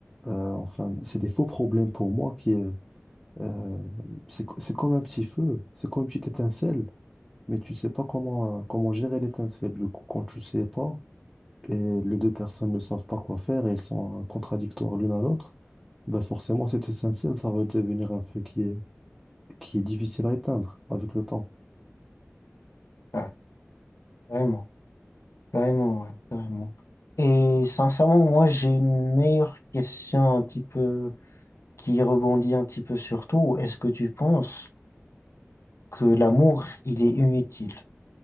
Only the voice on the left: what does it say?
ouais, carrément, carrément, ouais, carrément. Et sincèrement, moi, j'ai une meilleure question un petit peu qui rebondit un petit peu sur tout, est-ce que tu penses que l'amour, il est inutile?